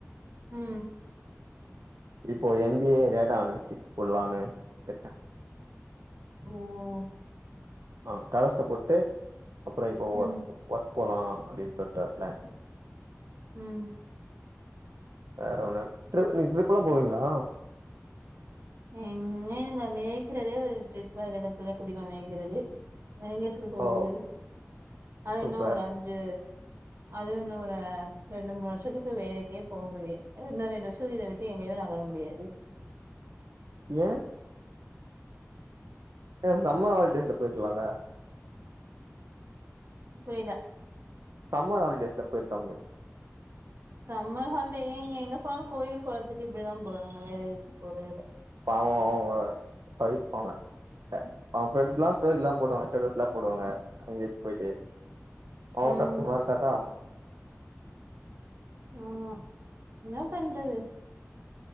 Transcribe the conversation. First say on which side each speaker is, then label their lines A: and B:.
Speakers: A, on the right; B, on the right.
A: உம்.
B: இப்போ எம்பிஏ டேடா அனலிஸ்டிக்ஸ் போடலா இருக்க.
A: ஓஹோ.
B: ஆஹ கரஸ்ல போட்டு. அப்புறோ இப்போ
A: ம்
B: ஒர் ஒர்க். போலா அப்படின்னு சொல்லிட்டு ஒரு பிளான்.
A: உம்.
B: வேற ஒண்ணுல்ல. ட்ரிப் நீங்க ட்ரிப்பல்லா போவீங்களா.
A: என்ன இதுங்கள மேய்கறதே ஒரு ட்ரிப் மாரிதா புள்ள குட்டிகள மேய்க்கறது. நா எங்க ட்ரிப்
B: ஓ
A: போறது. அது
B: சூப்பர்
A: இன்னும் ஒரு அஞ்சு. அது இன்னொரு ரெண்டு மூணு வருஷத்துக்கு வேலைக்கே போக முடியாது. இன்னொரு ரெண்டு வருஷத்துக்கு இத விட்டு எங்கயுமே நகர முடியாது.
B: ஏ. ஏ சம்மர் ஹாலிடேஸ்ல போய்ருக்கலால.
A: புரியில.
B: சம்மர் ஹாலிடேஸ்ல போயிருக்கலாமே.
A: சம்மர் ஹாலிடே ஏன்ங்க எங்க போனாலு கோயில் குளத்துக்கு இப்படிதா போடுறாங்க வேற இதுக்கு போடுறது இல்ல.
B: பாவோ அவங்க தவிபாங்க அவங்க ஃப்ரெண்ட்ஸ் எல்லா ஸ்டோரி எல்லா ஸ்டேட்ஸ் எல்லா போடுவாங்க எங்கயாச்சி போயிட்டு. அவங்க
A: ம்
B: கஸ்டமா இருக்காதா.
A: ஆமா என்ன பண்றது.